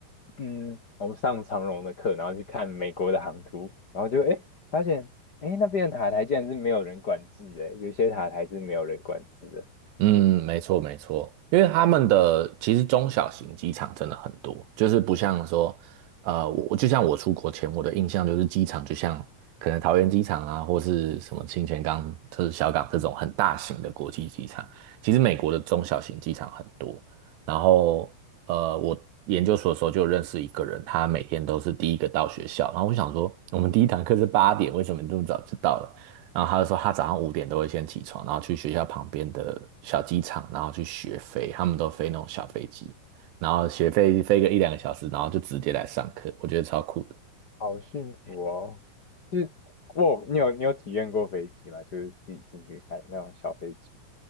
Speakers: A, on the left (about 60°); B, on the right (about 85°).
A: 嗯，我上长荣的课，然后去看美国的航图，然后就诶发现诶那边的塔台竟然是没有人管制的，有些塔台是没有人管制的，
B: 嗯，
A: 就是
B: 没错没错，因为他们的其实中小型机场真的很多，就是不像说，呃，我就像我出国前，我的印象就是机场就像可能桃园机场啊，或是什么清泉岗、就是小港这种很大型的国际机场。其实美国的中小型机场很多，然后呃，我研究所的时候就认识一个人，他每天都是第一个到学校，然后我想说，我们第一堂课是八点，为什么你这么早就到了？然后他就说他早上五点都会先起床，然后去学校旁边的小机场，然后去学飞，他们都飞那种小飞机，然后学飞飞个一两个小时，然后就直接来上课，我觉得超酷的。
A: 好幸福哦。就是哇，你有你有体验过飞机吗？就是自己进去看那种小飞机。